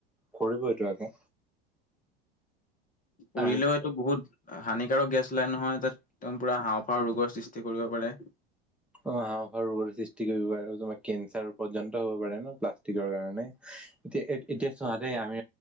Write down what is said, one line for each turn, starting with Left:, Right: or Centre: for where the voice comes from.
Centre: কৰিবইটো আকৌ
Left: কৰিলেও
Centre: আৰু
Left: এইটো বহুত হানিকাৰক গেছ উলাই নহয় তাত, তেওঁ পোৰা হাঁওঁফাঁওৰ ৰোগৰ সৃষ্টি কৰিব পাৰে।
Centre: অ' হাঁওফাঁওৰ ৰোগৰ সৃষ্টি কৰিব পাৰে, তোমাৰ কেঞ্চাৰ পৰ্যন্ত হ'ব পাৰে, ন প্লাষ্টিকৰ কাৰণে। এতিয়া, ইয়াত, এতিয়া চোৱা দেই আমি